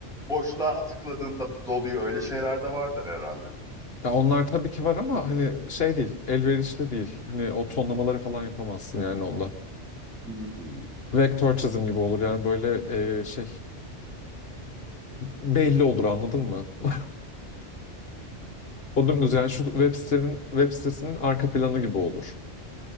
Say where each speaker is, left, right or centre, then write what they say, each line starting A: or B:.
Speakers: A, in the centre; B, on the left (about 55°).
A: boşluğa tıkladığında doluyor. Öyle şeyler de vardır herhalde.
B: Ya onlar tabii ki var ama hani şey değil, elverişli değil. Hani o tonlamaları falan yapamazsın yani onda.
A: Hmm.
B: Vektör çizim gibi olur yani böyle e, şey belli olur anladın mı? <laughs> O dümdüz yani şu web sitenin, web sitesinin arka planı gibi olur.